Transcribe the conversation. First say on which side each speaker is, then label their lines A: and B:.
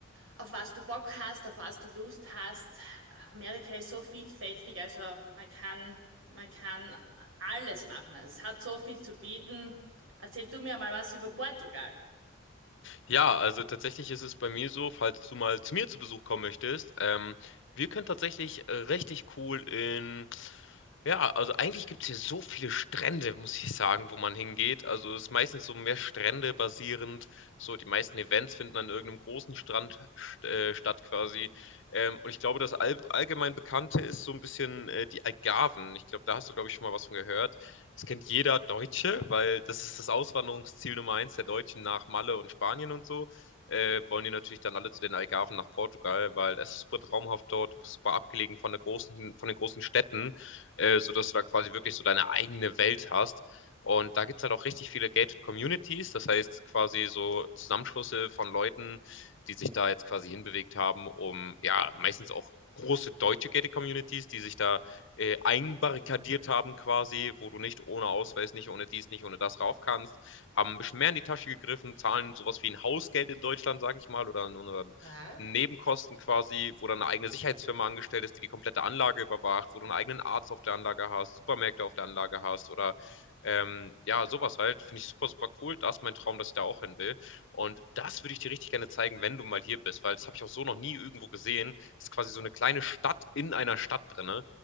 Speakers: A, on the right (about 70°); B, on the left (about 65°).
A: auf was du Bock hast, auf was du Lust hast. Amerika ist so vielfältig, also man kann, man kann alles machen. Es hat so viel zu bieten. Erzähl du mir mal was über Portugal.
B: Ja, also tatsächlich ist es bei mir so, falls du mal zu mir zu Besuch kommen möchtest, ähm, wir können tatsächlich äh, richtig cool in, ja, also eigentlich gibt es hier so viele Strände, muss ich sagen, wo man hingeht. Also es ist meistens so mehr Strände basierend. So die meisten Events finden an irgendeinem großen Strand st äh, statt quasi. Ähm, und ich glaube, das all allgemein Bekannte ist so ein bisschen äh, die Algarven. Ich glaube, da hast du, glaube ich, schon mal was von gehört. Das kennt jeder Deutsche, weil das ist das Auswanderungsziel Nummer eins der Deutschen nach Malle und Spanien und so. Äh, wollen die natürlich dann alle zu den Algarven nach Portugal, weil es ist super traumhaft dort, du bist super abgelegen von der großen, von den großen Städten, äh, sodass du da quasi wirklich so deine eigene Welt hast. Und da gibt es halt auch richtig viele Gated Communities, das heißt quasi so Zusammenschlüsse von Leuten, die sich da jetzt quasi hinbewegt haben, um ja meistens auch große deutsche Gated Communities, die sich da äh, einbarrikadiert haben quasi, wo du nicht ohne Ausweis, nicht ohne dies, nicht ohne das rauf kannst, haben ein bisschen mehr in die Tasche gegriffen, zahlen sowas wie ein Hausgeld in Deutschland, sage ich mal, oder, oder
A: Ja,
B: Nebenkosten quasi, wo dann eine eigene Sicherheitsfirma angestellt ist, die die komplette Anlage überwacht, wo du einen eigenen Arzt auf der Anlage hast, Supermärkte auf der Anlage hast oder ähm, ja, sowas halt. Finde ich super, super cool. Das ist mein Traum, dass ich da auch hin will. Und das würde ich dir richtig gerne zeigen, wenn du mal hier bist, weil das habe ich auch so noch nie irgendwo gesehen. Das ist quasi so eine kleine Stadt in einer Stadt drin,